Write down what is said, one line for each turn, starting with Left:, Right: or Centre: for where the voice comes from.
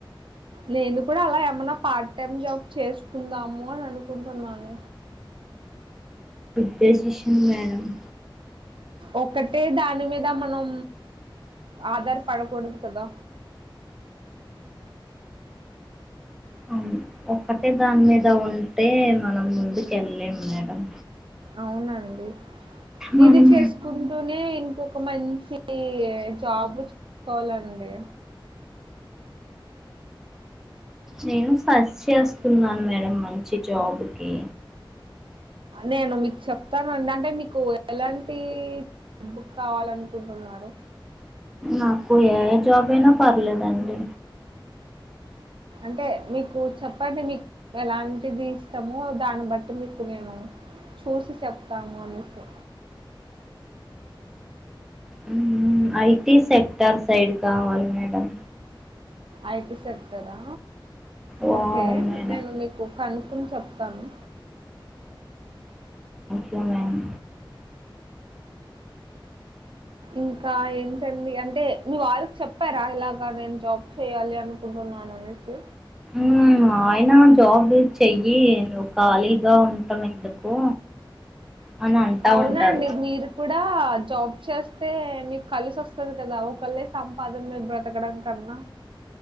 Right: నేను కూడా అలా ఏమన్నా పార్ట్ టైమ్ జాబ్ చేసుకుందాము అని అనుకుంటున్నాను.
Centre: Good decision madam.
Right: ఒకటే దాని మీద మనం ఆధారపడకూడదు కదా.
Centre: అవును ఒక్కటే దాని మీద ఉంటే మనం ముందుకెళ్ళలేం మేడం.
Right: అవునండి.
Centre: మనం
Right: ఇది చేసుకుంటూనే ఇంకొక మంచి జాబు చేసుకోవాలండి.
Centre: నేను సర్చ్ చేస్తున్నాను మేడం మంచి జాబ్ ఊ
Right: నేను మీకు చెప్తానండి. అంటే మీకు ఎలాంటి బుక్ కావాలనుకుంటున్నారు?
Centre: నాకు ఏ జాబ్ అయినా పర్లేదండి.
Right: అంటే మీకు చెప్పండి మీకు ఎలాంటిది ఇస్తామో దాన్ని బట్టి మీకు నేను చూసి చెప్తాము అనేసి
Centre: ఊ అయి ఐ టీ సెక్టార్ సైడ్ కావాలి మేడం
Right: ఐటి సెక్టరా
Centre: ఓ
Right: ఓకే
Centre: అవును మేడం
Right: నేను మీకు కనుకోని చెప్తాను.
Centre: యు మేడమ్
Right: ఇంకా ఏంటండి అంటే మీ వారికి చెప్పారా? ఇలాగా నేను జాబ్ చేయాలి అనుకుంటున్నాననేసి.
Centre: ఊ ఆయన జాబ్ చెయ్యి నువ్వు ఖాళీగా ఉంటం ఎందుకు. అని అంటా
Right: అవునండి
Centre: ఉంటారు
Right: మీరు కూడా జాబ్ చేస్ స్తే మీకు కలిసి వస్తుంది కదా ఒకల్లె సంపాది బ్రతకడం కన్నా